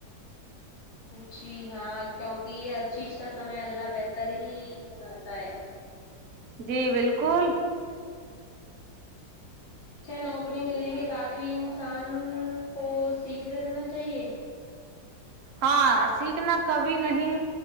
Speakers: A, on the left; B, on the right.
A: جی ہاں کیونکہ ہر چیز کا سمے اللہ بہتر ہی بناتا ہے
B: جی بالکل
A: چے نوکری ملنے کے بعد بھی انسان کو سیکھتے رہنا چاہیے
B: ہاں سیکھنا کبھی نہیں